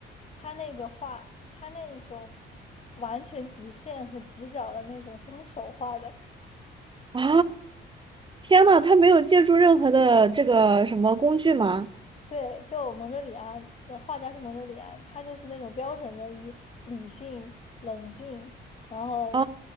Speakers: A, on the left (about 35°); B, on the right (about 25°).
A: 它那个画，它那种完全直线和直角的那种，是他手画的。
B: 啊！天呐，他没有借助任何的这个什么工具吗？
A: 对，就蒙德里安的画家是蒙德里安，他就是那种标准的以理性、冷静，然后
B: 啊，